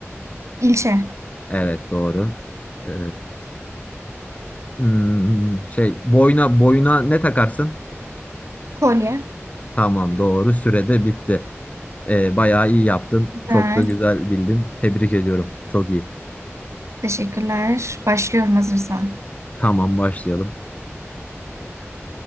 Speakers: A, on the right; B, on the left.
A: ilçe.
B: Evet doğru. Ee, Hmm, şey boyuna boyuna ne takarsın?
A: Kolye.
B: Tamam doğru sürede bitti. Ee, bayağı iyi yaptın.
A: Güzel.
B: Çok da güzel bildin. Tebrik ediyorum. Çok iyi.
A: Teşekkürler. Başlıyorum hazırsan.
B: Tamam başlayalım.